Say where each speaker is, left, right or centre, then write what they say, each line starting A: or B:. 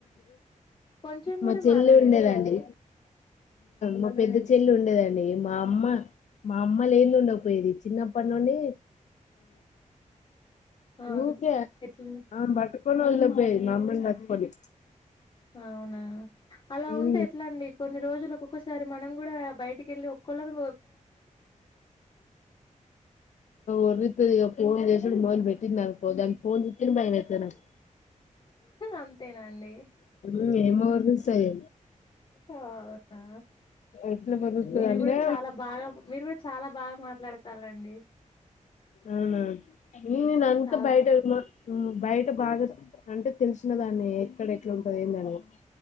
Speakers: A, on the left; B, on the left.
A: కొంచెం
B: మా
A: కూడా
B: చెల్లి
A: మారలేదా
B: ఉండేదండి
A: మరి
B: మా పెద్ద చెల్లి ఉండేదండి మా అమ్మ మా అమ్మ లేనీది ఉండకపోయేది చిన్నప్పటి నుండి
A: ఆ
B: ఊకే
A: ఎట్లుంది
B: ఆమే నీ బట్టుకొని వదలకపోయేది మమ్మని పట్టుకొని
A: అవునా అలా
B: ఇగ
A: ఉంటే ఎట్లా అండి కొన్ని రోజులు ఒక్కసారి మనం కూడా బయటికి వెళ్ళి ఒక్కళ్ళ మ
B: ఒర్రితది ఫోన్ చేసుడు మొదలుపెట్టిందనుకో దాని ఫోన్ చుతనే భయమైతది నాకు
A: అంతేనా అండి
B: ఉమ్ ఏమో వర్రిస్తది
A: అవునా
B: ఎట్లా వదురుతదంటే
A: మీరు కూడా చాలా బాగా మీరు కూడా చాలా బాగా మాట్లాడతండ్లు అండి
B: అవునా ఇను అంత
A: చాలా
B: బయట బయట బాగా అంటే తెలిసిన దాన్ని ఎక్కడ ఎట్లా ఉంటది ఏంద అనేది